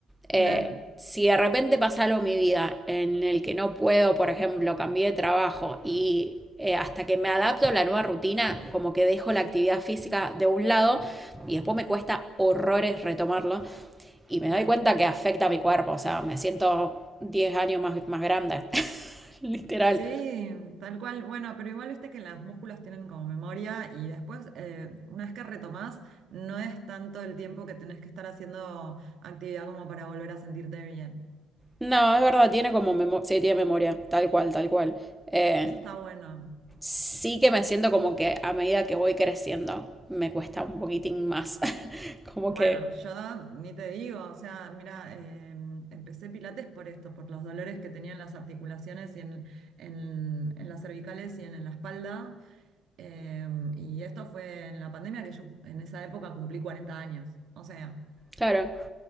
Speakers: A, in the centre; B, on the right.
A: Eh,
B: Claro,
A: si de repente pasa algo en mi vida en el que no puedo, por ejemplo, cambié de trabajo y eh, hasta que me adapto a la nueva rutina, como que dejo la actividad física de un lado y después me cuesta horrores retomarlo y me
B: claro.
A: doy cuenta que afecta a mi cuerpo, o sea, me siento 10 años más, más grande, <laughs> literal.
B: Sí, tal cual. Bueno, pero igual viste que los músculos tienen como memoria y después, eh, una vez que retomás, no es tanto el tiempo que tenés que estar haciendo actividad como para volver a sentirte bien.
A: No, es verdad, tiene como memoria, sí, tiene memoria, tal cual, tal cual. Eh,
B: Eso está bueno.
A: sí que me siento como que a medida que voy creciendo me cuesta un poquitín más, <laughs> como
B: Bueno,
A: que,
B: yo ni te digo, o sea, mira, eh, empecé pilates por esto, por los dolores que tenía en las articulaciones y en, en- en las cervicales y en, en la espalda. Eh, y esto fue en la pandemia que yo en esa época cumplí 40 años. O sea.
A: claro,